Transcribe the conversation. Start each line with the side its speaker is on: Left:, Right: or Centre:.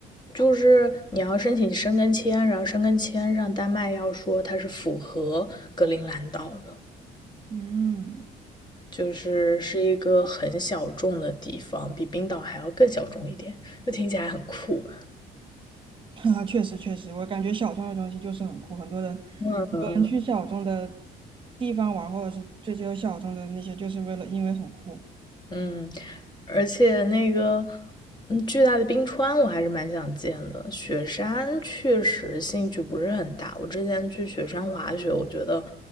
Left: 就是你要申请申根签，然后申根签上丹麦要说它是符合格陵兰岛的，
Right: 嗯。
Left: 就是是一个很小众的地方，比冰岛还要更小众一点，就听起来很酷。
Right: <laughs> 哈，确实确实，我感觉小众的东西就是很酷，很多人很多人去小众的
Left: 嗯，
Right: 地方玩，或者是追求小众的那些，就是为了因为很酷。
Left: 嗯，而且那个，嗯，巨大的冰川我还是蛮想见的。雪山确实兴趣不是很大。我之前去雪山滑雪，我觉得